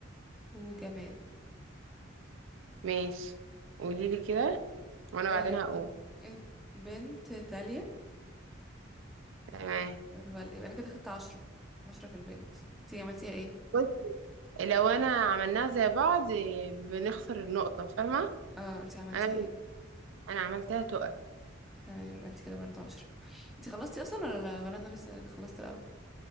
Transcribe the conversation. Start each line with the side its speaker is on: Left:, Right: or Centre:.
Centre: وجماد
Right: ماشي قولي لي كده وانا بعدين
Centre: أه
Right: هقول
Centre: ات- بنت تالية
Right: تمام
Centre: الول... يبقى انا كده خدت عشرة عشرة في البنت انتي عملتيها ايه
Right: بص لو انا عملناها زي بعض آه، بنخسر النقطة فاهمة
Centre: اه انتي عملتيها
Right: انا
Centre: ايه
Right: انا عملتها تقع
Centre: تمام يبقى انتي كده برضو عشرة انتي خلصتي اصلا ولا لا ولا انا لسه اللي خلصت الاول